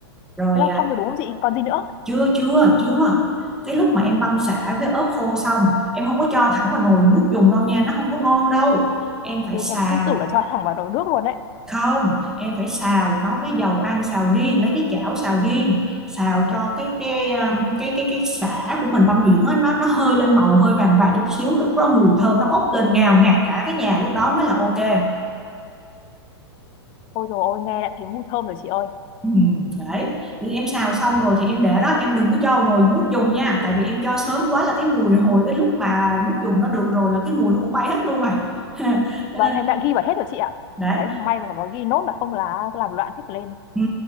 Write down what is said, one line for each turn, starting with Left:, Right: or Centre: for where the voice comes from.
Centre: rồi
Left: thế là
Centre: à,
Left: xong rồi đúng không chị còn gì nữa
Centre: chưa chưa chưa cái lúc mà em băm sả với ớt khô xong em không có cho thẳng vào nồi nước dùng đâu nha nó không có ngon đâu em phải
Left: Ui,
Centre: xào
Left: em cứ tưởng là cho thẳng vào nồi nước luôn đấy
Centre: không em phải xào nó với dầu ăn xào riêng lấy cái chảo xào riêng xào cho cái cái um, cái cái cái sả của mình băm nhuyễn á nó nó hơi lên màu hơi vàng vàng chút xíu lúc đó mùi thơm nó bốc lên ngào ngạt cả cái nhà lúc đó mới là ok
Left: ôi dồi ôi nghe đã thấy mùi thơm rồi chị ơi
Centre: ừ, đấy thì em xào xong rồi thì em để đó em đừng có cho vào nồi nước dùng nha tại vì em cho sớm quá là cái mùi hồi cái lúc mà nước dùng nó được rồi là cái mùi nó cũng bay hết luôn rồi <laughs> cho
Left: vâng
Centre: nên
Left: em đã ghi vào hết rồi chị ạ
Centre: đấy
Left: đấy may mà có ghi nốt là không là làm loạn hết lên
Centre: Ừ.